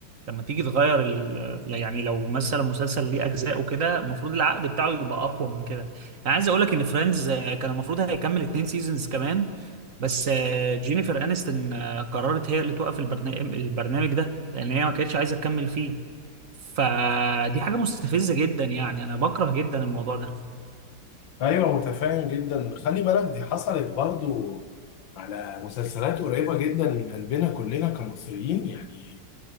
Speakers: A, on the right; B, on the left.
A: لما تيجي تغير ال... يعني لو مثلا مسلسل ليه اجزاء وكده المفروض العقد بتاعه يبقى اقوى من كده انا عايز اقول لك ان فريندز كان المفروض هيكمل اتنين سيزونز كمان بس آه، جينيفر انستون آه، قررت هي اللي توقف البرنامج البرنامج ده لان هي ما كانتش عايزه تكمل فيه فدي حاجه مستفزه جدا يعني انا بكره جدا الموضوع ده
B: ايوه متفاهم جدا خلي بالك دي حصلت برضو على مسلسلات قريبة جدا من قلبنا كلنا كمصريين يعني